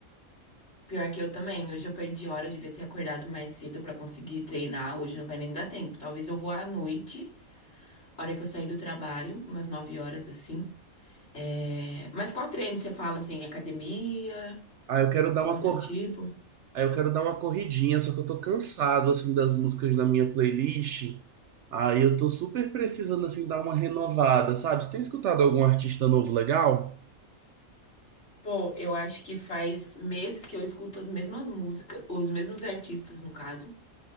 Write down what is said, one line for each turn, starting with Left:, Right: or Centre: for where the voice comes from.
Left: Pior que eu também. Hoje eu perdi hora, eu devia ter acordado mais cedo pra conseguir treinar. Hoje não vai nem dar tempo. Talvez eu vou à noite, hora que eu sair do trabalho, umas 9 horas assim. É, Mas qual treino você fala assim? Academia?
Right: Ah, eu quero dar
Left: Algum
Right: uma
Left: outro
Right: cor...
Left: tipo?
Right: ah, eu quero dar uma corridinha, só que eu tô cansado, assim, das músicas da minha playlist. Aí eu tô super precisando, assim, dar uma renovada, sabe? Você tem escutado algum artista novo legal?
Left: Pô, eu acho que faz meses que eu escuto as mesmas músicas, os mesmos artistas, no caso.